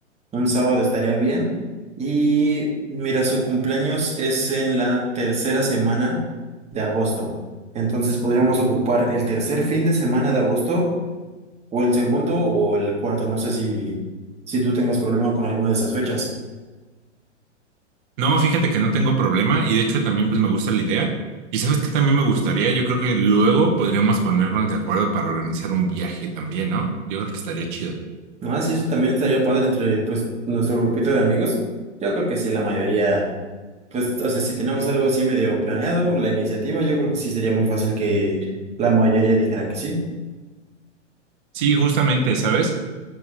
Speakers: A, on the right; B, on the right.
A: Un sábado estaría bien. Y mira, su cumpleaños es en la tercera semana de agosto. Entonces podríamos ocupar el tercer fin de semana de agosto o el segundo o el cuarto, no sé si, si tú tengas problema con alguna de esas fechas.
B: No, fíjate que no tengo problema y de hecho también pues me gusta la idea. Y sabes que también me gustaría, yo creo que luego podríamos ponernos de acuerdo para organizar un viaje también, ¿no? Yo creo que estaría chido.
A: No, sí, eso también estaría padre entre pues nuestro grupito de amigos. Yo creo que sí, la mayoría, pues, o sea, si tenemos algo así medio planeado, la iniciativa, yo creo que sí sería muy fácil que la mayoría dijera que sí.
B: Sí, justamente, ¿sabes?